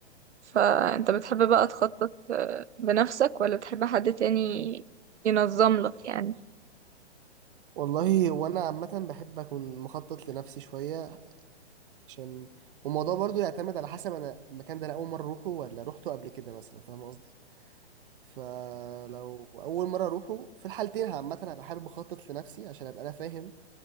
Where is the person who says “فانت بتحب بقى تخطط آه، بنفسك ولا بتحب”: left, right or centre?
Right